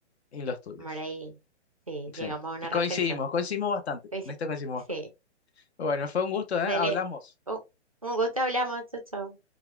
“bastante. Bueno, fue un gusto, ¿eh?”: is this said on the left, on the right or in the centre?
Left